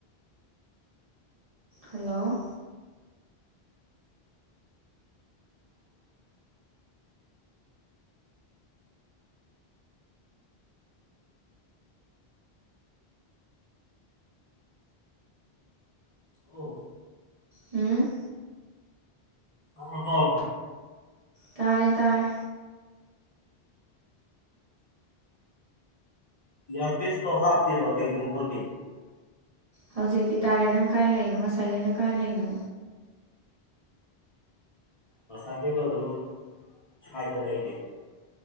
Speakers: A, on the right; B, on the left.
A: ꯍꯜꯂꯣ
B: ꯑ
A: ꯎꯝ
B: ꯑ ꯍꯥꯎ
A: ꯇꯥꯔꯦ ꯇꯔ
B: ꯌꯥ ꯄꯁꯇꯣ ꯍꯥꯞꯇꯕ ꯀꯩꯒꯤꯨ ꯈꯔꯒꯦ
A: ꯍꯧꯖꯤꯛꯇꯤ ꯇꯥꯔꯦ ꯅꯪ ꯀꯥꯏ ꯂꯩꯔꯤꯅꯣ ꯉꯁꯥꯏꯈꯩꯅ ꯀꯥꯏ ꯂꯩꯅꯣ
B: ꯉꯁꯥꯏꯈꯩꯗꯣ ꯑꯗꯨꯝ ꯁ꯭ꯋꯥꯏꯗ ꯂꯩꯅꯦ